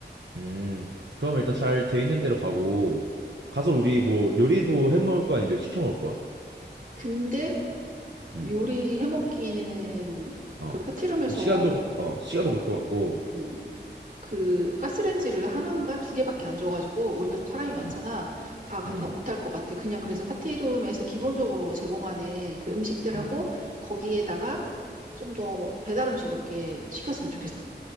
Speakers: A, on the right (about 85°); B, on the right (about 50°).
A: 음. 그럼 일단 잘 돼 있는 데로 가고, 가서 우리 뭐 요리도 해 먹을 거 아니면 요리 시켜 먹을 거야?
B: 근데
A: 음,
B: 요리 해먹기는
A: 어.
B: 그 파티룸에서
A: 좀 시간도 어 시간도
B: 어,
A: 그럴 것 같고
B: 음, 그 가스레인지를 하나인가 두 개밖에 안 줘가지고 우리가 좀 사람이 많잖아.
A: 음,
B: 다 감당
A: 음,
B: 못할 것 같아. 그냥 그래서 파티룸에서 기본적으로 제공하는 그 음식들하고
A: 음.
B: 거기에다가 좀 더 배달 음식 몇 개 시켰으면 좋겠어.